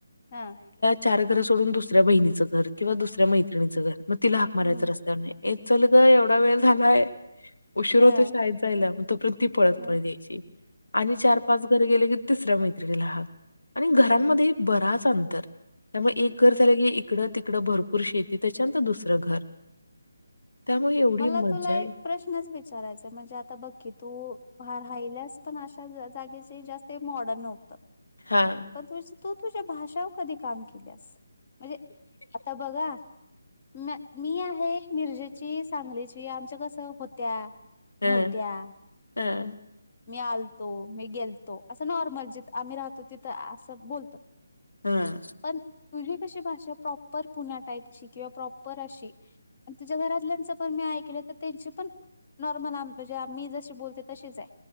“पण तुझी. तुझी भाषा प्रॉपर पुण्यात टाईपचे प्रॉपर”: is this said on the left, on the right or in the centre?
Left